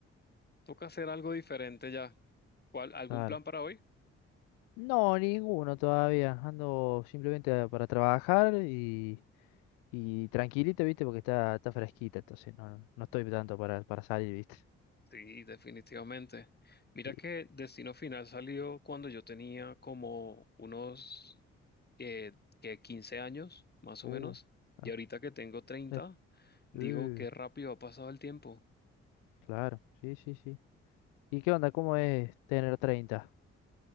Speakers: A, on the left (about 30°); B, on the left (about 85°).
A: toca hacer algo diferente ya. ¿Cuál, algún
B: Claro.
A: plan para hoy?
B: No, ninguno todavía. Ando simplemente para trabajar y, y tranquilito, ¿viste? Porque está, está fresquita, entonces no, no no estoy tanto para, para salir, ¿viste?
A: Sí, definitivamente. Mira
B: Y-
A: que Destino Final salió cuando yo tenía como unos eh, que 15 años, más
B: uh,
A: o menos,
B: claro.
A: y ahorita que tengo treinta,
B: Eh,
A: digo
B: eh,
A: qué rápido ha pasado el tiempo.
B: claro, sí, sí, sí. ¿Y qué onda? ¿Cómo es tener 30?